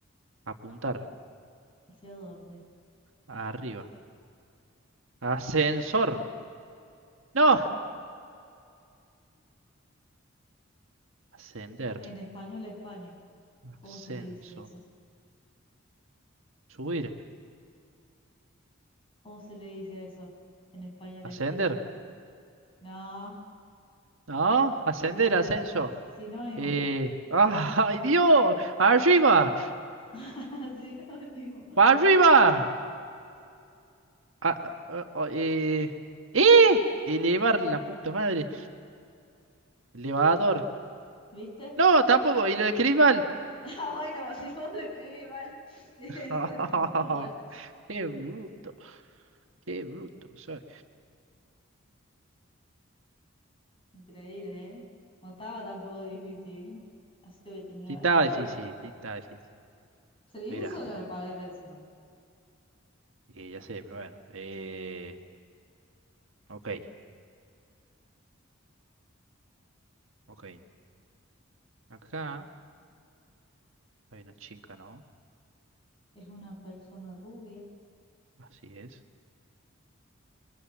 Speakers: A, on the right; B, on the left.
A: Apuntar.
B: ¿Hacia dónde?
A: Arriba. Ascensor. No. Ascender.
B: En español, España. ¿Cómo
A: Ascenso.
B: se le dice eso?
A: Subir.
B: ¿Cómo se le dice eso? En español,
A: Ascender.
B: España. No,
A: No. Ascender.
B: sinónimo,
A: Ascenso.
B: sinónimo,
A: Eh, <laughs> ¡Ay, Dios! ¡Arriba!
B: <laughs> sinónimo.
A: ¡Para arriba! Ah, ah, ah, eh, ¡Eh! Elevar la puta madre. Elevador.
B: ¿Viste? <laughs>
A: No, tampoco, y lo escribí mal.
B: Ah, bueno, si no lo escribí mal, <laughs> es
A: <laughs>
B: cuestión tuya.
A: Qué bruto, qué bruto soy.
B: Increíble, ¿eh? No estaba tampoco difícil. Así te voy a terminar
A: Sí, estaba
B: ganando
A: difícil,
B: yo.
A: sí, estaba difícil.
B: Se le dije
A: Mira,
B: solo la palabra encima.
A: eh, ya sé, pero bueno. Eh, ok, ok. Acá hay una chica, ¿no?
B: Es una persona rubia,
A: Así es.